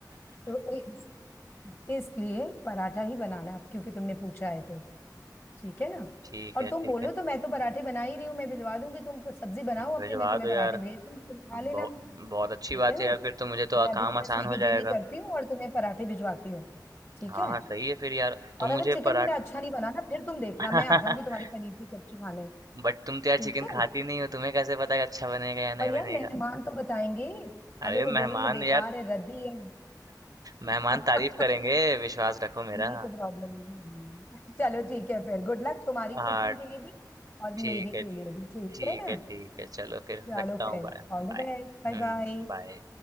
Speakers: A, on the left (about 30°); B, on the right (about 55°).
A: तो इस- इसलिए पराठा ही बनाना है अब क्योंकि तुमने पूछा है तो ठीक है ना
B: ठीक
A: और
B: है,
A: तुम
B: ठीक
A: बोलो
B: है।
A: तो मैं तो पराठे बना ही रही हूँ मैं भिजवा दूंगी तुम सब्जी बनाओ
B: भिजवा
A: अपनी मैं तुम्हें
B: दो
A: पराठे
B: यार।
A: भेज दूंगी तुम खा लेना
B: बहु बहुत अच्छी
A: ठीक
B: बात
A: है
B: है
A: ना
B: यार फिर तो मुझे तो
A: मैं
B: आ-
A: अभी
B: काम
A: तुम्हें
B: आसान
A: स्विगी
B: हो
A: जेनी
B: जाएगा।
A: करती हूँ और तुम्हें पराठे भिजवाती हूँ ठीक
B: हाँ,
A: है
B: हाँ, सही है फिर यार। तुम
A: और
B: मुझे
A: अगर चिकन
B: पराठा
A: मेरा अच्छा नहीं बना ना फिर तुम देखना
B: <laughs>
A: मैं आ जाऊंगी तुम्हारी पनीर की सब्जी खाने
B: बट तुम तो यार
A: ठीक
B: चिकन
A: है
B: खाती नहीं हो, तुम्हें कैसे पता कि अच्छा बनेगा या
A: पर
B: नहीं
A: यार
B: बनेगा?
A: मेहमान तो बताएंगे
B: अरे
A: अगर वो बोलेंगे
B: मेहमान
A: बेकार
B: यार
A: है रद्दी है
B: मेहमान
A: <laughs>
B: तारीफ़ करेंगे, विश्वास रखो मेरा।
A: यही तो प्रॉब्लम है हम्म। चलो ठीक है फिर गुड लक तुम्हारी
B: हाँ,
A: कुकिंग के लिए भी और
B: ठीक
A: मेरी
B: है।
A: के लिए भी ठीक
B: ठीक
A: है ना
B: है ठीक है चलो फिर
A: चलो
B: रखता हूँ
A: फिर
B: बाय
A: all the
B: बाय
A: best bye
B: हम्म
A: bye
B: बाय